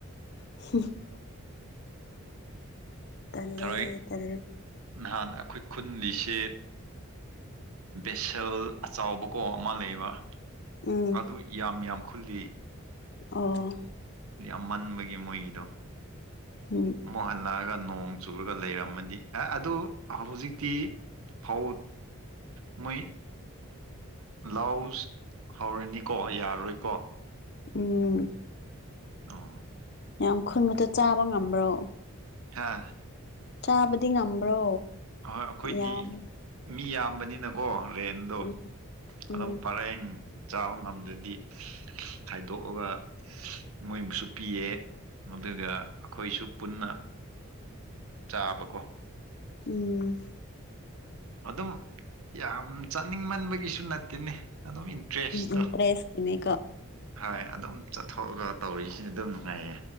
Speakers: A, on the left; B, on the right.
A: <unintelligible> ꯇꯂꯦ
B: ꯊꯔꯣꯏ
A: ꯇꯂꯦ
B: ꯅꯍꯥꯟ ꯑꯩꯈꯣꯏ ꯈꯨꯜꯂꯤꯁꯦ ꯕꯦꯁꯜ ꯑꯆꯥꯎꯕꯀꯣ ꯑꯃ ꯂꯩꯕ
A: ꯎꯝ
B: ꯑꯗꯨ ꯌꯥꯝ ꯌꯥꯝ ꯈꯨꯜꯂꯤ
A: ꯑꯣ
B: ꯌꯥꯝ ꯃꯟꯕꯒꯤ ꯃꯣꯏꯒꯤꯗꯣ
A: ꯎꯝ
B: ꯃꯨꯍꯜꯂꯛꯑꯒ ꯅꯣꯡ ꯆꯨꯔꯒ ꯂꯩꯔꯝꯃꯗꯤ ꯑꯦ ꯑꯗꯨ ꯍꯧꯖꯤꯛꯇꯤ ꯐꯧ ꯃꯣꯏ ꯂꯥꯎ ꯍꯧꯔꯅꯤꯀꯣ ꯌꯥꯔꯣꯏꯀꯣ
A: ꯎꯝ
B: ꯑꯣ
A: ꯌꯥꯝ ꯈꯨꯟꯕꯗꯣ ꯆꯥꯕ ꯉꯝꯕ꯭ꯔꯣ
B: ꯍꯥꯥ
A: ꯆꯥꯕꯗꯤ ꯉꯝꯕ꯭ꯔꯣ
B: ꯍꯣꯏ ꯑꯈꯣꯏꯗꯤ
A: ꯌꯥꯝꯕ
B: ꯃꯤ ꯌꯥꯝꯕꯅꯤꯅꯀꯣ ꯔꯦꯟ ꯑꯗꯣ
A: ꯎꯝ ꯎꯝ
B: ꯑꯗꯨꯝ ꯄꯔꯦꯡ ꯆꯥꯕ ꯉꯝꯗ꯭ꯔꯗꯤ ꯈꯥꯏꯗꯣꯛꯑꯒ ꯃꯣꯏꯕꯨꯁꯨ ꯄꯤꯌꯦ ꯑꯗꯨꯒ ꯑꯩꯈꯣꯏꯁꯨ ꯄꯨꯟꯅ ꯆꯥꯕꯀꯣ
A: ꯎꯝ
B: ꯑꯗꯨꯝ ꯌꯥꯝ ꯆꯥꯅꯤꯡꯃꯟꯕꯒꯤꯁꯨ ꯅꯠꯇꯦꯅꯦ ꯑꯗꯨꯝ ꯏꯟꯇꯔꯦꯁꯇꯣ
A: ꯎꯝ ꯇ꯭ꯔꯦꯁꯀꯤꯅꯦ
B: ꯑꯗꯨꯝ ꯆꯠꯊꯣꯛꯑꯒ ꯇꯧꯔꯤꯁꯤ ꯑꯗꯨꯝ ꯅꯨꯡꯉꯥꯏꯌꯦ